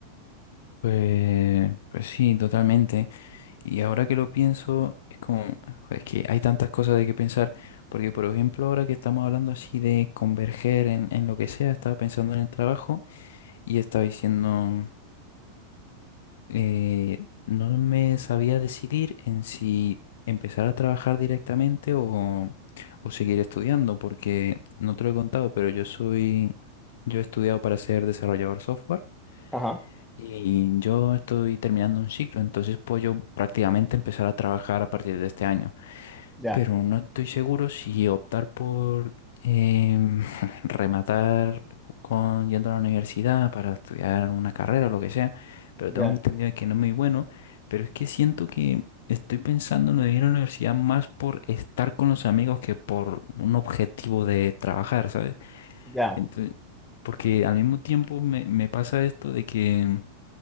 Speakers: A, on the left; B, in the centre.
A: Pues, pues sí, totalmente. Y ahora que lo pienso, es como, es que hay tantas cosas de que pensar, porque, por ejemplo, ahora que estamos hablando así de converger en, en lo que sea, estaba pensando en el trabajo y estaba diciendo. eh, no me sabía decidir en si empezar a trabajar directamente o, o seguir estudiando, porque no te lo he contado, pero yo soy, yo he estudiado para ser desarrollador software
B: Ajá,
A: y yo estoy terminando un ciclo, entonces puedo yo prácticamente empezar a trabajar a partir de este año
B: ya,
A: pero no estoy seguro si optar por em, <laughs> rematar con yendo a la universidad para estudiar una carrera o lo que sea, pero
B: ya,
A: tengo entendido que no es muy bueno, pero es que siento que estoy pensando en lo de ir a la universidad más por estar con los amigos que por un objetivo de trabajar, ¿sabes?
B: ya,
A: Entonces, porque al mismo tiempo me, me pasa esto de que